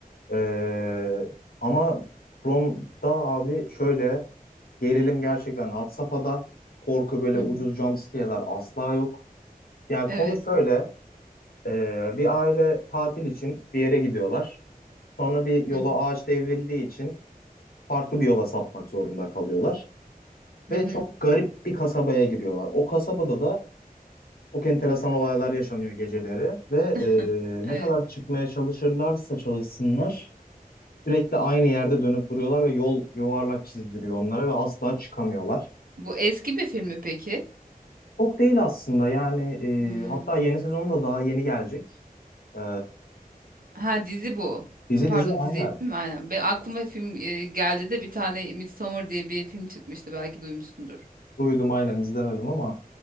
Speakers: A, on the left; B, on the right.
A: Ee, ama Prom'da abi şöyle Gerilim gerçekten had safhada. Korku böyle
B: Hı
A: ucuz
B: hı.
A: jumpscare'lar asla yok. Yani
B: Evet.
A: konu şöyle. e, bir aile tatil için bir yere gidiyorlar. Sonra bir yola
B: Hı hı.
A: ağaç devrildiği için farklı bir yola sapmak zorunda kalıyorlar.
B: Hı
A: Ve
B: hı.
A: çok garip bir kasabaya giriyorlar. O kasabada da çok enteresan olaylar yaşanıyor geceleri. Ve
B: <laughs>
A: e,
B: Evet.
A: ne kadar çıkmaya çalışırlarsa çalışsınlar sürekli aynı yerde dönüp duruyorlar ve yol yuvarlak çizdiriyor onlara ve asla çıkamıyorlar.
B: Bu eski bir film mi peki?
A: Çok değil aslında yani
B: Hmm.
A: e, hatta yeni sezonu da daha yeni gelecek. Ee,
B: Ha dizi bu.
A: dizi
B: Pardon
A: dizi aynen.
B: dizi değil mi? Aynen. Be aklıma film e, geldi de bir tane Midsommar diye bir film çıkmıştı belki duymuşsundur.
A: Duydum aynen izlemedim ama